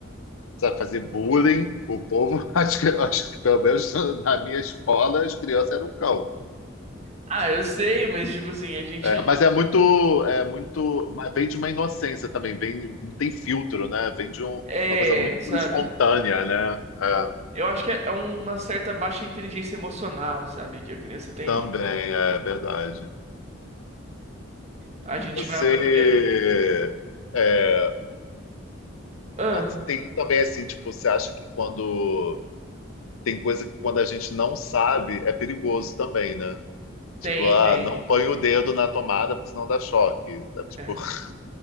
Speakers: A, on the left; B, on the right.
A: fazer bullying, o povo, <laughs> acho que, acho que pelo menos na minha escola, as crianças eram o cão.
B: Ah, eu sei, mas, tipo assim, a gente.
A: É, mas é muito, é muito, mas vem de uma inocência também, vem, não tem filtro, né? Vem de um-
B: É,
A: uma coisa muito
B: sabe?
A: espontânea, né? É,
B: Eu acho que é é uma certa baixa inteligência emocional, sabe? Que a criança tem.
A: também, é verdade.
B: A gente
A: Você,
B: vai aprendendo.
A: é,
B: Ah,
A: Mas tem também assim, tipo, você acha que quando tem coisa que quando a gente não sabe é perigoso também, né? Tipo,
B: tem,
A: ah,
B: tem.
A: não põe o dedo na tomada porque senão dá choque. sabe? Tipo,
B: é.
A: <laughs>